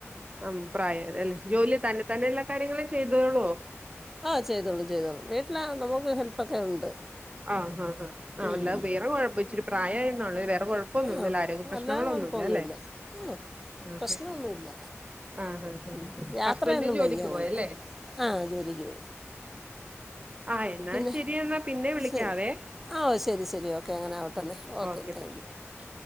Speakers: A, on the right; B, in the centre.
A: ആ പ്രായ ആയത് അല്ലേ ജോലി തന്നെ തന്നെ എല്ലാ കാര്യങ്ങളും ചെയ്തോളുവോ
B: ആഹ് ചെയ്തോളും ചെയ്തോളും വീട്ടില നമുക്ക് ഹെൽപ്പൊക്കെ ഉണ്ട്
A: ആ
B: ഉം
A: ആല്ലാ വേറെ കുഴപ്പ ഇച്ചിരി പ്രായ <unintelligible> കോഴപ്പൊന്നുല്ല
B: ആഹ്
A: ആരോഗ്യ പ്രശ്നങ്ങളൊന്നു.
B: അല്ലാതെ കുഴപ്പമൊന്നുമില്ല
A: ഇല്ല ലെ
B: ഉം
A: അഹ്
B: പ്രശ്നമൊന്നുമില്ല
A: അഹ്
B: ഉം യാത്രയൊന്നും
A: ഹബന്റ് ജോലിക്ക്
B: വയ്യ അങ്ങനെ
A: പോയല്ലേ
B: ആഹ് ജോലിക്ക് പോയി
A: ആഹ് എന്നാ
B: പിന്നെ
A: ശരി എന്നാ പിന്നെ വിളിക്കാവേ
B: ശരി ആഹ് ശരി ശരി ഓക്കെ അങ്ങനെ
A: ശരി
B: ആവട്ടെന്നേ
A: ഓക്കെ ഓക്കെ താങ്ക്
B: യു